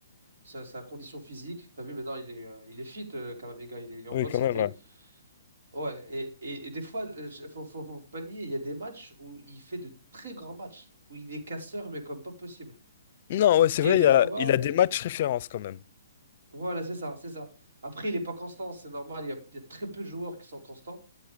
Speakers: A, on the right; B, on the left.
A: sa, sa condition physique. T'as vu, maintenant, il est, euh, il est fit, euh, Camavinga, il est, il est en
B: oui,
A: bonne
B: quand
A: santé.
B: même, ouais.
A: Ouais, et, et, et des fois, euh, je- faut, faut, faut pas le nier, il y a des matchs où il fait de très grands matchs, où il est casseur, mais comme pas possible.
B: Non, ouais, c'est
A: Et
B: vrai,
A: des
B: il a,
A: fois
B: il a
A: où...
B: des matchs références quand même.
A: Voilà, c'est ça, c'est ça. Après, il n'est pas constant, c'est normal. Il y a, il y a très peu de joueurs qui sont constants.